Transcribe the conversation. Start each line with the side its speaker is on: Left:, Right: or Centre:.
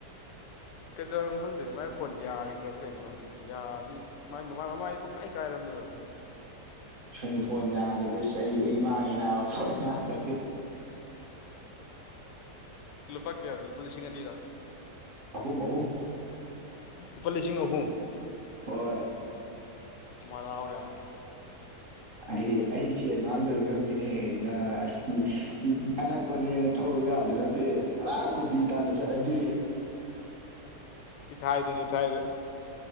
Left: ꯀꯩꯗꯧꯔ ꯍ ꯑꯗꯨꯗꯤ ꯃꯥꯏ ꯐꯣꯟ ꯌꯥꯈꯤꯗ꯭ꯔꯕ ꯀꯩꯅꯣ ꯍꯪꯗꯣꯏꯅꯤ ꯌꯥꯗꯤ ꯃꯃꯥꯏ ꯃꯃꯥꯏ ꯄꯨꯡꯀꯥꯏ ꯀꯥꯏꯔꯝꯅꯦꯕ
Right: ꯁꯨꯝꯅ ꯐꯣꯟ ꯌꯥꯗ꯭ꯔꯗꯤꯁ ꯑꯩ ꯑꯩ ꯃꯥꯡꯉꯤꯅꯦ ꯐꯣꯟ ꯌꯥꯗ꯭ꯔꯗꯤ
Left: ꯂꯨꯄꯥ ꯀꯌꯥ ꯂꯨꯄꯥ ꯂꯤꯁꯤꯡ ꯑꯅꯤꯔꯥ
Right: ꯑꯍꯨꯝ ꯑꯍꯨꯝ
Left: ꯂꯨꯄꯥ ꯂꯤꯁꯤꯡ ꯑꯍꯨꯝ
Right: ꯍꯣꯏ
Left: ꯃꯖꯥ ꯑꯣꯏ ꯌꯥꯔꯦ
Right: ꯑꯩ ꯑꯩ ꯁꯦꯟ ꯃꯥꯡꯗꯣꯔꯤꯕ ꯈꯪꯗꯦꯅꯦ ꯍ ꯑꯁꯤ ꯑꯅꯛꯄꯅꯦꯅ ꯊꯧꯔꯛ ꯌꯥꯕꯗꯨ ꯅꯠꯇꯦ ꯑꯔꯥꯛ ꯀꯣꯕꯤ ꯇꯥꯟꯅ ꯆꯠꯂꯗꯤ
Left: ꯏꯊ ꯏꯗꯦꯅꯤ ꯏꯊꯧ ꯍꯥꯏꯗ